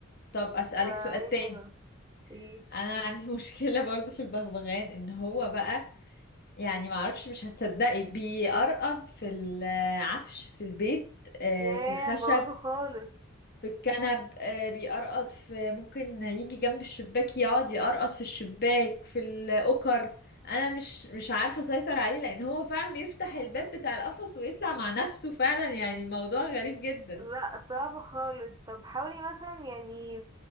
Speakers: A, on the left (about 45°); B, on the right (about 20°).
A: طب أسألك
B: فهي
A: سؤال تاني
B: حلوة ايه
A: أنا عندي <laughs> مشكلة برضو في البغبغان إن هو بقى يعني معرفش مش هتصدقي بيقرقض في العفش في البيت آه،
B: ياه
A: في الخشب
B: مبوظه خالص
A: في الكنب آه، بيقرقض في ممكن يجي جنب الشباك يقعد يقرقض في الشباك في الأوكر أنا مش مش عارفة أسيطر عليه لأن هو فعلا بيفتح الباب بتاع القفص ويطلع مع نفسه فعلا يعني موضوع غريب جدا
B: لا صعب خالص طب حاولي مثلا يعني